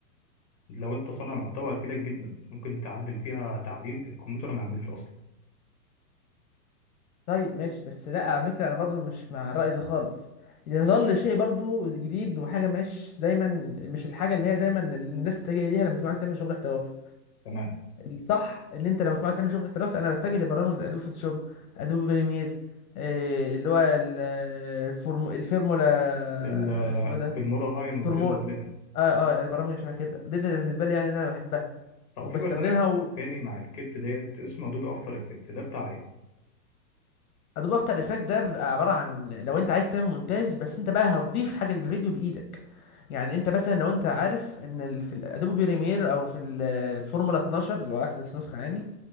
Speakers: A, on the left (about 25°); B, on the left (about 65°).
A: لو انت صانع محتوى هتفيدك جدا ممكن تعدل فيها تعديل الكمبيوتر ما يعملوش اصلا
B: طيب ماشي بس لا على فكرة انا برضو مش مع الرأي ده خالص يظل شيء برضو جديد وحاجة مش دايما مش الحاجة اللي هي دايما الناس بتتجه ليها لما تكون عايز تعمل شغل احترافي
A: تمام
B: الصح ان انت لما تكون عايز تعمل شغل احترافي انا بتجه لبرامج زي ادوب فوتوشوب ادوب بريمير إيه اللي هو ال- الفورمو الفورمولا
A: ال-
B: اسمه ايه ده
A: في المورا 9
B: فورمولا
A: و10 و11
B: اه اه يعني برامج شبه كده دي اللي بالنسبة لي يعني إن انا بحبها
A: طب
B: وبستخدمها
A: في برنامج تاني مع الكت ديت اسمه ادوبي افتر افكت ده بتاع ايه
B: ادوب افتر افكت ده بيبقى عباره عن لو انت عايز تعمل مونتاج بس انت بقى هتضيف حاجه للفيديو بايدك يعني انت مثلا لو انت عارف ان ال- في الادوبي بريمير او في الفورمولا 12 اللي هو احدث نسخه يعني